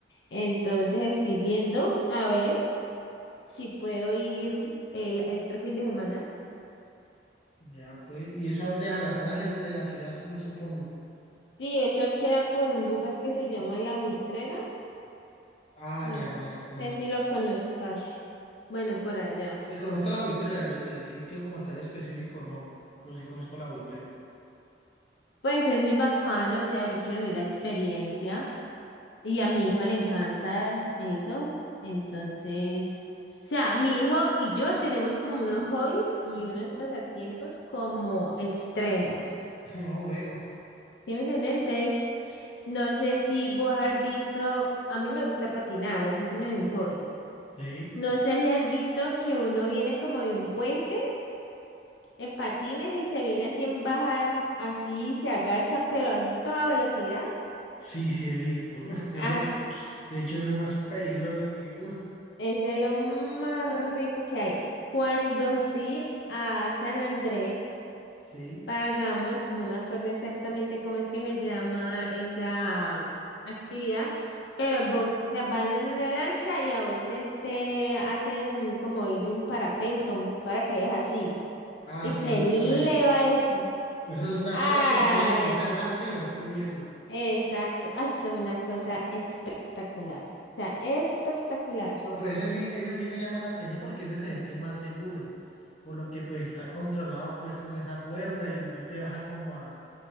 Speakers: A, on the left (about 80°); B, on the left (about 35°).
A: entonces estoy viendo a ver si puedo ir el, el otro fin de semana.
B: Ya, pues. ¿Y eso dónde es? A las afueras de, de la ciudad, sup- supongo.
A: Sí, eso queda por un lugar que se llama La Buitrera.
B: Ah,
A: No
B: ya, ya, sí conozco.
A: sé si lo conozcas. Bueno, por allá.
B: Pues conozco la buitrera, el, el sitio como tal específico, no. Pero sí conozco la buitrera.
A: Pues es muy bacano, o sea, yo quiero vivir la experiencia. Y a mi hijo le encanta eso. Entonces, o sea, mi hijo y yo tenemos como unos hobbies y unos pasatiempos como extremos.
B: <laughs> No veo.
A: ¿Sí me entiendes? Entonces, no sé si vos has visto, a mí me gusta patinar, ese es uno de mis hobbies.
B: ¿Sí?
A: No sé si has visto que uno viene como de un puente en patines y se viene así en baja, así se agacha, pero a toda velocidad.
B: Sí, sí, he visto. <laughs> De
A: Ah.
B: de hecho, eso es más peligroso que... uf,
A: Ese es lo más rico que hay. Cuando fui a San Andrés,
B: sí.
A: pagamos, no me acuerdo exactamente cómo es que se llama esa actividad, pero, vo- o sea, van en una lancha y a vos te, te hacen como ir de un parapente, como un paracaídas así,
B: Ah,
A: y
B: sí,
A: te
B: he visto
A: eleva
B: eso.
A: eso.
B: Eso es una
A: Ah,
B: cuerda, entonces empieza
A: es,
B: al arte y va subiendo.
A: exacto, ah, eso es una cosa espectacular. O sea, espectacular.
B: No, pues ese sí, ese sí me llama la atención porque ese se ve que es más seguro. Por lo que pues está controlado pues con esa cuerda y no te baja como a,